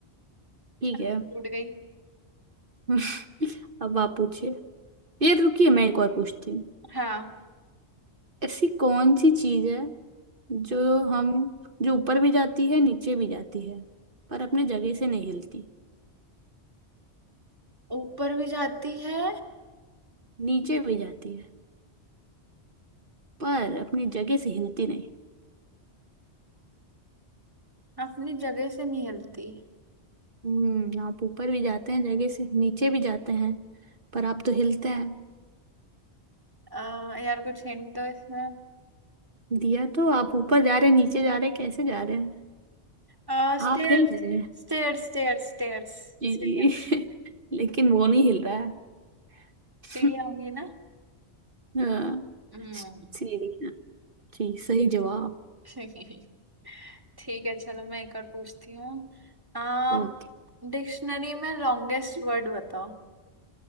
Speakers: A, on the right; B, on the right.
A: ठीक
B: शांति
A: है
B: टूट गई
A: <laughs> अब आप पूछिए ये रुकिए मैं एक और पूछती हूँ
B: हाँ
A: ऐसी कौन सी चीज है जो हम जो ऊपर भी जाती है नीचे भी जाती है पर अपने जगह से नहीं हिलती
B: ऊपर भी जाती है
A: नीचे भी जाती है पर अपनी जगह से हिलती नहीं
B: अपनी जगह से नहीं हिलती
A: हम्म आप ऊपर भी जाते हैं जगह से नीचे भी जाते हैं पर आप तो हिलते हैं
B: आ, यार कुछ हिंट दो इसमें
A: दिया तो आप ऊपर जा रहे हैं नीचे जा रहे हैं कैसे जा रहे हैं
B: आ, Stairs
A: आप हिल रहे हैं
B: stairs stairs stairs
A: जी।
B: सीढ़ियाँ
A: <laughs> लेकिन वो नहीं हिल रहा है <laughs>
B: सीढ़ियाँ होंगी ना
A: हाँ
B: हम्म
A: सीढ़ी जी सही जवाब
B: <laughs> ठीक है चलो मैं एक और पूछती हूँ आम
A: ओके
B: डिक्शनरी में लॉन्गेस्ट वर्ड बताओ